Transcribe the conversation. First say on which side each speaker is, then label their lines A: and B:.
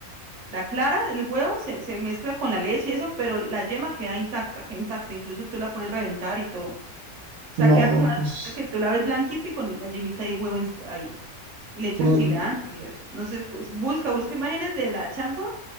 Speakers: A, on the right (about 55°); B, on the right (about 80°).
A: la clara del huevo se, se mezcla con la leche y eso, pero la yema queda intacta, queda intacta, incluso tú la puedes reventar y todo. O
B: no,
A: sea, queda como una
B: pues
A: salsita que tú la ves blanquita y con la yemita y el huevo en- ahí. Y le echan
B: mm,
A: cilantro y eso. No sé, cus- busca, busca imágenes de la changua